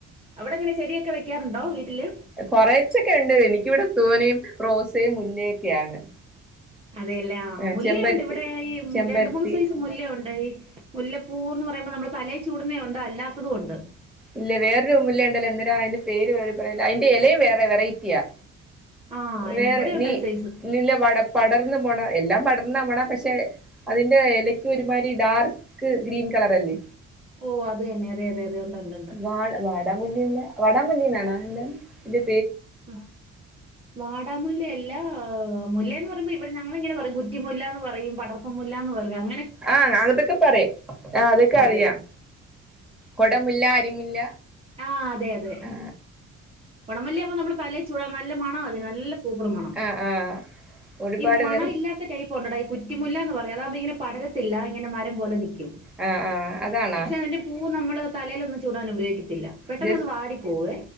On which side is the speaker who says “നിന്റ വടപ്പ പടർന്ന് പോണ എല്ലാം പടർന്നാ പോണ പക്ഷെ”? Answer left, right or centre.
Centre